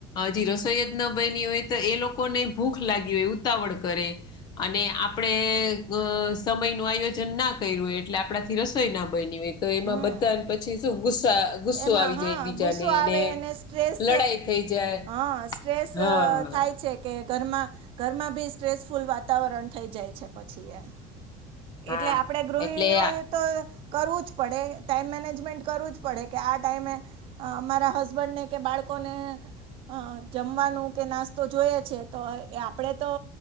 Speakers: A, on the left (about 35°); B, on the right (about 45°).
A: હજી રસોઈ જ ન બની હોય તો એ લોકોને ભૂખ લાગી હોય ઉતાવળ કરે. અને આપડે સમય નું આયો. જન ના કર્યું હોય એટલે આપણાથી રસોઈ ના બની હોય તો એમાં
B: હમ
A: બધા પછી શું ગુસ્સા. ગુસ્સો
B: એમાં
A: આવી
B: હા
A: જાય એકબીજાને
B: ગુસ્સો આવે
A: ને
B: એને સ્ટ્રેસ
A: લડાઈ થઈ જાય
B: હા સ્ટ્રેસ
A: હા
B: થાય છે. કે ઘરમાં ઘરમાં બી સ્ટ્રેસફુલ વાતાવરણ થઈ જાય છે પછી એમ.
A: હા
B: એટલે આપડે ગૃહિણીઓ.
A: એટલે
B: તો કરવું જ પડે ટાઈમ મેનેજમેન્ટ કરવું જ પડે કે આ ટાઈમે. મારા હસબન્ડ ને કે બાળકોને. અ જમવાનું કે નાસ્તો જોએ છે તો એ આપણેે તો.